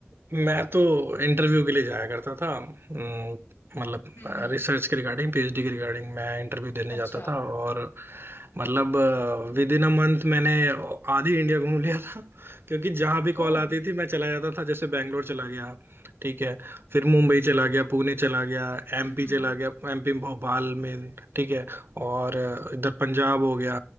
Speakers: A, on the right; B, on the left.
A: मैं तो इंटरव्यू के लिए जाया करता था अम, मतलब
B: हम्म हम्म
A: रिसर्च के रिगार्डिंग पीएचडी के रिगार्डिंग मैं इंटरव्यू देने जाता
B: अच्छा
A: था और मतलब विद इन अ मंथ मैंने आधी इंडिया घूम लिया था क्योंकि जहाँ भी
B: ओ
A: कॉल आती थी मैं चला जाता था जैसे बैंगलोर चला गया ठीक है फिर मुंबई चला गया पुणे चला गया एमपी
B: हम्म हम्म
A: चला गया एमपी भोपाल में ठीक है और अ, इधर पंजाब हो गया